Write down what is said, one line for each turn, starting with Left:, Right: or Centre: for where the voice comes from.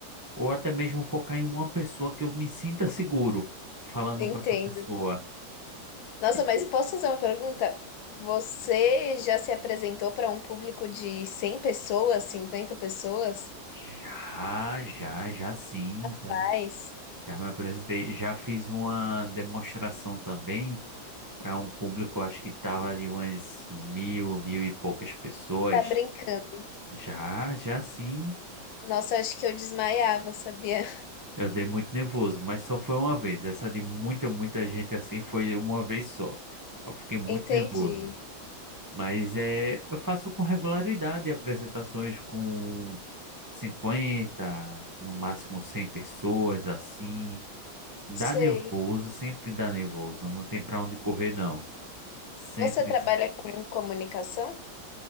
Right: ou até mesmo focar em uma pessoa que eu me sinta seguro falando
Left: Entendo.
Right: com essa pessoa.
Left: Nossa,
Right: Tipo,
Left: mas posso fazer uma pergunta? Você já se apresentou para um público de 100 pessoas, 50 pessoas?
Right: já, já, já sim, já,
Left: Paz,
Right: já me apresentei, já fiz uma demonstração também para um público, acho que tava de umas mil, mil e poucas pessoas.
Left: tá brincando.
Right: Já, já sim.
Left: Nossa, acho que eu desmaiava, sabia?
Right: Eu dei muito nervoso, mas só foi uma vez. Essa de muita, muita gente assim foi uma vez só. Eu fiquei muito
Left: <laughs> Entendi.
Right: nervoso. Mas é, eu faço com regularidade apresentações com 50, no máximo 100 pessoas assim. Dá
Left: Sei.
Right: nervoso, sempre dá nervoso. Não tem pra onde correr, não. Sempre.
Left: Você trabalha
Right: dá.
Left: com comunicação?